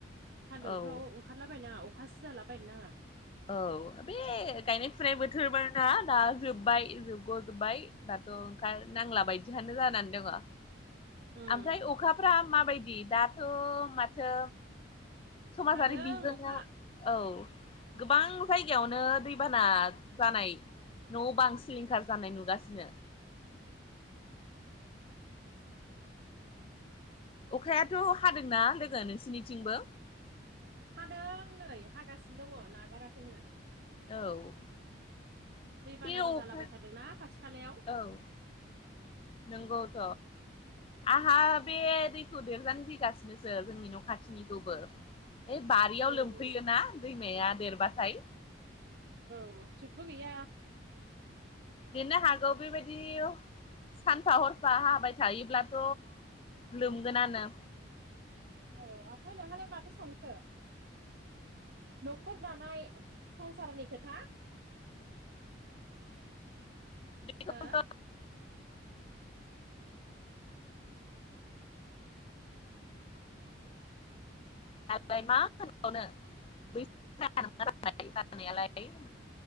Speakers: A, on the right (about 55°); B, on the left (about 30°).
A: सान्दुंफ्राव
B: औ
A: ओंखारलाबायायनाङा अखाासो जालाबायायनो नांङा
B: औ बे गायनाय फुनाय बोथोर ना दा जोब्बाय जोबग जोबबाय दाथ' ओंखार नांला बायदियानो जानानै दंङो
A: उम
B: ओमफ्राय अखाफ्रा माबायदि दाथ' माथो समाजारि
A: हादों
B: बिजोंनो
A: अखा
B: औ गोबां जायगायावनो दैबाना जानाय न' बांं सिलिंखार जानाय नुगासिनो अखायाथ' हादोंना लोगो नोंसोरनिथिंबो
A: हादों नै हागासिनो दंङो नागाराखैनो
B: औ
A: दैबानाबो
B: बे अखा
A: जालाबाय थादोंना खाथि खालायाव
B: औ नोंगौथ आहा बे दैखौ देरजानो गिगासिनोसो जोंनि न' खाथिनिखौबो ऐ बारियाव
A: उम
B: लोमफैयोना दैमाया देरबाथाय
A: औ थिगबो गैया
B: देरनो हागौ बिबायदि सानफा हरफा हाबाय थायोब्लाथ लोमगोनानो
A: औ ओमफ्राय नोंहालाय माथो सानखो न'खर दानाय संसारनि खोथा
B: बेखौथ
A: हो
B: आंलाय मा होनबावनो <unintelligible> नाथाय